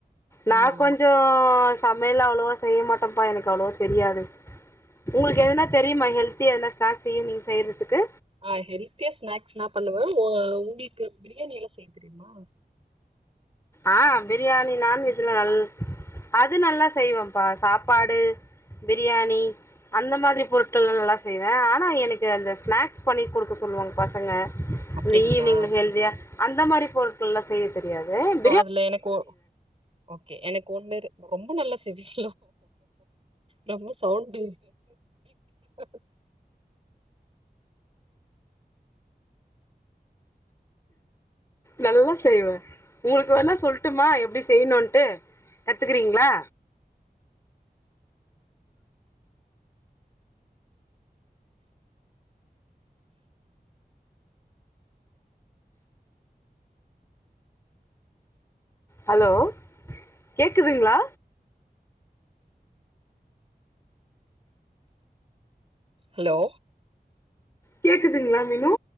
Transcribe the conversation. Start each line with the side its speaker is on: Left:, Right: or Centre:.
Left: நா
Right: ஆமா ஆமா
Left: கொஞ்சோ மேல அவ்ளோவா செய்ய மாட்டாப்பா எனக்கு அவ்ளோ தெரியாது உங்குளுக்கு எதுனா தெரியுமா ஹெல்தியா எதுனா ஸ்நாக்ஸ் ஈவினிங் செய்யிறதுக்கு
Right: ஆ ஹெல்த்தியா ஸ்நாக்ஸ் என்னா பண்ணுவே ஓ உங்குளுக்கு பிரியாணி எல்லா செய் தெரிமா
Left: ஆ பிரியாணி நான் வெஜ்லா நல் அது நல்லாஸ் செய்வேம்பா சாப்பாடு பிரியாணி அந்த மாதிரி பொருட்கள்லா நல்லா செய்வே ஆனா எனக்கு அந்த ஸ்நாக்ஸ் பண்ணி குடுக்க சொல்லுவாங்க பசங்க
Right: அப்டிங்களா
Left: நீ ஈவினிங்ல ஹெல்தியா அந்த மாரி பொருட்கள்லா செய்ய தெரியாதேம்
Right: இல்ல எனக்கோ ஓகே எனக்கு ஒண்ணிர் ரொம்ப நல்ல சிவீஸ் ரொம்ப சவுண்ட் <unintelligible>
Left: நல்லா செய்வே உங்குளுக் வேணா சொல்லுட்டுமா எப்டி செய்யிணுன்ட்டு கத்துக்கிறீங்களா ஹலோ கேக்குதுங்களா
Right: ஹலோ
Left: கேக்குதுங்களா மீனு